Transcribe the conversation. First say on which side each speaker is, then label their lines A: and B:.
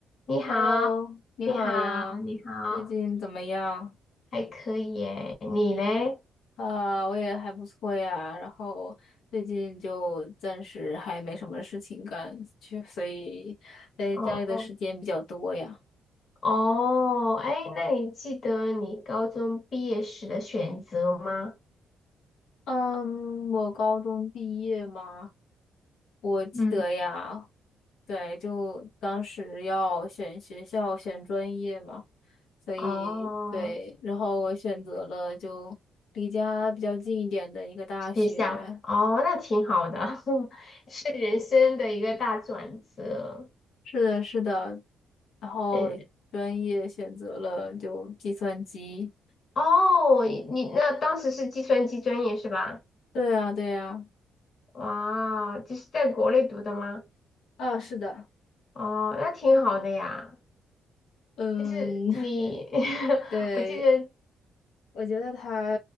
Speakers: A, on the left; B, on the left.
A: 你好，
B: Hello，你好呀，
A: 你好，你好，
B: 最近怎么样？
A: 还可以耶。你嘞？
B: 啊，我也还不错呀，然后最近就暂时还没什么事情干，就所以在家里的时间比较多呀。
A: 哦哦，哦，哎，那你记得你高中毕业时的选择吗？
B: 嗯，我高中毕业嘛，我记得呀，
A: 嗯，
B: 对，就当时要选学校、选专业嘛，所以对，
A: 哦，
B: 然后我选择了就离家比较近一点的一个大学。
A: 学校，哦，那挺好的，<laughs> 是人生的一个大转折。
B: 是的，是的，然后专业选择了就计算机。
A: 呃，哦，你那当时是计算机专业是吧？
B: 对呀，对呀，
A: 哇，就是在国内读的吗？
B: 啊，是的，
A: 哦，那挺好的呀。
B: 嗯，
A: 就是你，
B: <laughs>
A: <laughs>
B: 对，
A: 我记得。
B: 我觉得他